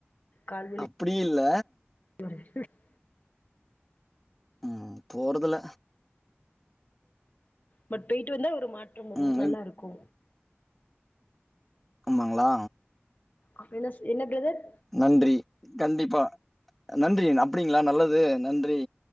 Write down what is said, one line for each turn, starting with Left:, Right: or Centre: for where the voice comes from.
Left: கால் வலி
Centre: இப்டி இல்ல
Left: <unintelligible>
Centre: ம் போறதுல்ல
Left: பட் போய்ட்டு வந்தா ஒரு மாற்றம் வரு
Centre: ம்
Left: நல்லா
Centre: ம்
Left: இருக்கு
Centre: அமாங்களா
Left: அப்டினா சு என்ன பிரதர்
Centre: நன்றி கண்டிப்பா நன்றின் அப்டிங்ளா நல்லது நன்றி